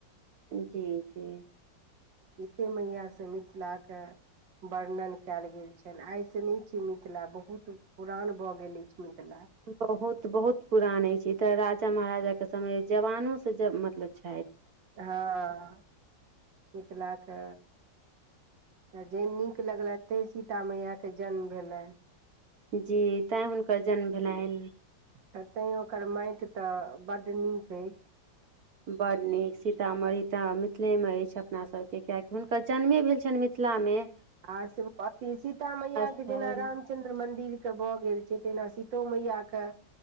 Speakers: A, on the right; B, on the right.
A: जी-जी।
B: सीते मैया स मिथिला के वर्णन कैल गेल छनि आइ सँ नहि छैय मिथिला बहुत पुरान भऽ गेल अइछ मिथिला।
A: बहुत-बहुत पुरान अइछ इ त राजा महाराजा के समय जवानो से ज मतलब छइथ।
B: हँ मिथिला के जैं नीक लगलैथ तैं सीता मैयाके जन्म भेलइ।
A: जी तैं हुनकर जन्म भेलाइन।
B: तऽ तैं ओकर माइट तऽ बड नीक अइछ।
A: बड नीक सीतामढ़ी तऽ मिथिले में अइछ अपना सबके कियाकि हुनकर जन्मे भेल छइन मि थिला में।
B: आ सिम प अथी सीता मैया
A: स्थल
B: के जेना राम चंन्द्र मन्दिर के भऽ गेल छैय तहिना सीतो मैया कऽ